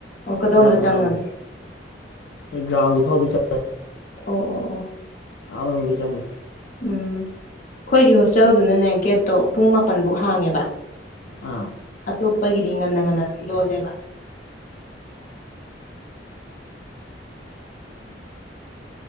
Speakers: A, on the left (about 45°); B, on the left (about 85°).
A: ꯑꯣ ꯀꯗꯣꯝꯗ
B: ꯉꯔꯥꯡ ꯅꯍꯥꯟꯕꯅꯦ
A: ꯆꯪꯉꯒꯦ
B: ꯑꯩ ꯒ꯭ꯔꯥꯎꯟꯗꯨ ꯐꯥꯎꯗꯤ ꯆꯠꯂꯦ
A: ꯑꯣ ꯑꯣ ꯑꯣ
B: ꯑꯥ ꯃꯅꯨꯡꯗꯤ ꯆꯪꯉꯦ
A: ꯎꯝ ꯑꯈꯣꯏꯒꯤ ꯍꯣꯁꯇꯦꯜꯗꯨꯅꯅꯦ ꯒꯦꯠꯇꯣ ꯄꯨꯡ ꯃꯥꯄꯟꯐꯧ ꯍꯥꯡꯉꯦꯕ
B: ꯑꯥ
A: ꯑꯇꯣꯞꯄꯒꯤꯗꯤ ꯉꯟꯅ ꯉꯟꯅ ꯑꯗꯨꯝ ꯂꯣꯜꯂꯦꯕ